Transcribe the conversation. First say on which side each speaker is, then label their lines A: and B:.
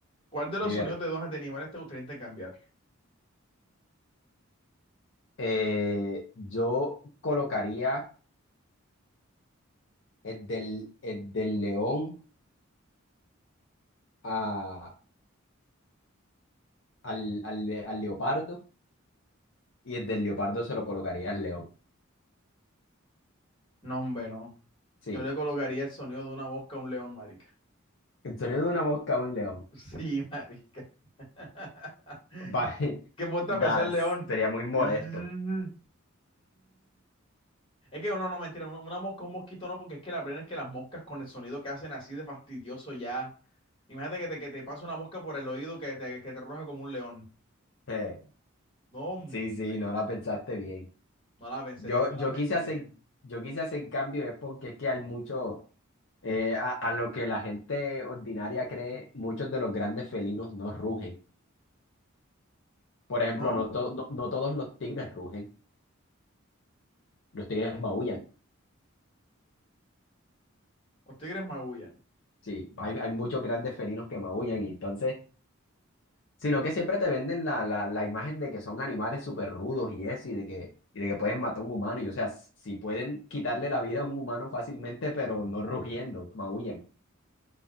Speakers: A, on the left (about 25°); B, on the left (about 60°).
A: ¿cuál de los
B: Dímelo.
A: sonidos de dos de animales te gustaría intercambiar?
B: Eh, yo colocaría el del, el del león a, al, al, le- al leopardo y el del leopardo se lo colocaría al león.
A: No, hombre, no.
B: Sí.
A: Yo le colocaría el sonido de una mosca a un león, marica.
B: El sonido de una mosca a un león.
A: Sí, marica. <laughs>
B: Va- <laughs>
A: ¿Qué puesta
B: da-
A: a pensar, león?
B: sería muy molesto.
A: <laughs> Es que no, no, mentira, una, una mosca, un mosquito no, porque es que la plena es que las moscas con el sonido que hacen así de fastidioso ya. Imagínate que te, que te pasa una mosca por el oído que te, que te ruja como un león.
B: Eh,
A: No, hombre,
B: sí, sí, no la pensaste bien.
A: no la pensé
B: Yo,
A: bien, no la
B: yo
A: pensé
B: quise hacer,
A: bien.
B: yo quise hacer cambio es porque es que hay mucho, eh, a, a lo que la gente ordinaria cree, muchos de los grandes felinos no rugen. Por ejemplo,
A: ¿No?
B: no, to- no, no todos los tigres rugen, los tigres maullan.
A: Los tigres magullan.
B: Sí, hay, hay muchos grandes felinos que maullan y entonces, sino que siempre te venden la, la, la imagen de que son animales súper rudos y eso, y de que, y de que pueden matar a un humano. Y o sea, s- si pueden quitarle la vida a un humano fácilmente, pero no rugiendo, maullan.